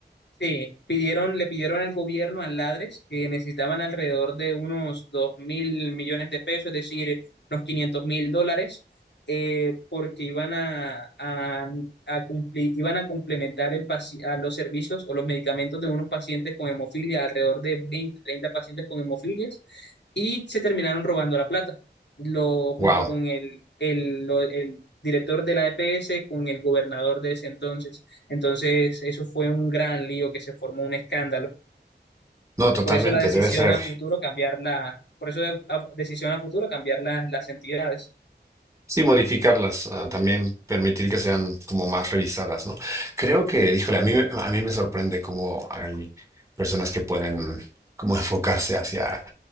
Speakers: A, on the left; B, on the right.
A: Sí, pidieron, le pidieron al gobierno, al Ladres, que necesitaban alrededor de unos dos mil millones de pesos, es decir, unos quinientos mil dólares, eh, porque iban a, a, a cumplir, iban a complementar el paci- a los servicios o los medicamentos de unos pacientes con hemofilia, alrededor de 20, 30 pacientes con hemofilias, y se terminaron robando la plata. Lo, junto
B: Wow.
A: con el, el, lo- el director de la EPS, con el gobernador de ese entonces. Entonces, eso fue un gran lío que se formó un escándalo.
B: No, totalmente,
A: Por eso la decisión
B: debe ser.
A: a futuro cambiar la, por eso de- decisión a futuro cambiar las las entidades.
B: Sí, modificarlas, ah, también permitir que sean como más revisadas, ¿no? Creo que, híjole, a mí, me- a mí me sorprende cómo hay personas que pueden como enfocarse hacia